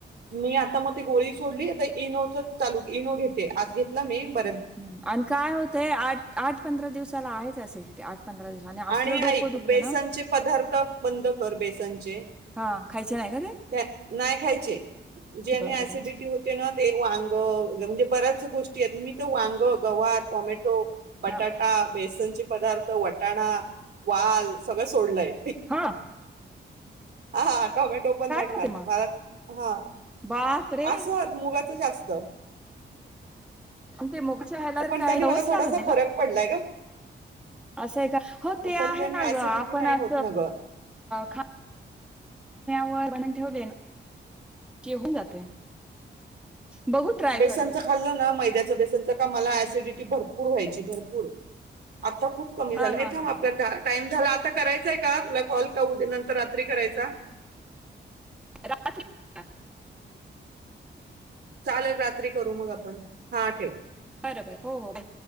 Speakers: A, on the right (about 60°); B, in the centre.
A: मी आता मग ते गोळी सोडली आता इनोच चालू इनो घेते आज घेतला मी ब
B: ह् आणि काय होत आठ आठ पंधरा दिवसाला आहेच ऍसिडिटी आठ पंधरा दिवस असलं
A: आणि
B: डोकं
A: ऐक
B: दुखतं
A: बेसनचे
B: ना
A: पदार्थ बंद कर बेसनचे
B: हां खायचे नाही का ते?
A: नाही खायचे ज्याने
B: बरं
A: ऍसिडिटी
B: बरं.
A: होते ना ते वांग म्हणजे बऱ्याच गोष्टी आहेत मी तर वांग गवार टोमॅटो बटाटा
B: हां
A: बेस तिळचे पदार्थ व वाटाणा वाल सगळं सोडलंय
B: हा.
A: हा टॉमॅटो पण नाही
B: खाते
A: खाात
B: मग?
A: मला हा
B: बाप रे!
A: असत मु तुपा च जास्त
B: तेग ह
A: पण
B: काय
A: त्यांनी
B: हवच
A: मला थोडासा
B: लाग नाही
A: फरक
B: ग
A: पडलाय का
B: असं का हो ते
A: पण
B: आहे
A: त्याने
B: ना
A: ऍसिडिटी
B: ग आपण
A: नाही
B: अस
A: होत ना ग.
B: खा पोहे बनवून ठेवली ना होऊन जाते बघू ट्राय
A: बेसनचं
B: करून.
A: खाल्लं ना मैदा लािडिटी भर <unintelligible> भरपूर व्हायची भरपूर आता खूप कमी
B: हां
A: झाली
B: हां
A: ये थांब
B: हां.
A: आपला टाईम... झाला आता करायचंय का तुला कॉल का नंतर रात्री करायचा
B: राात <unintelligible>
A: चालेल रात्री करू मग आपण हा ठेव
B: बरोबर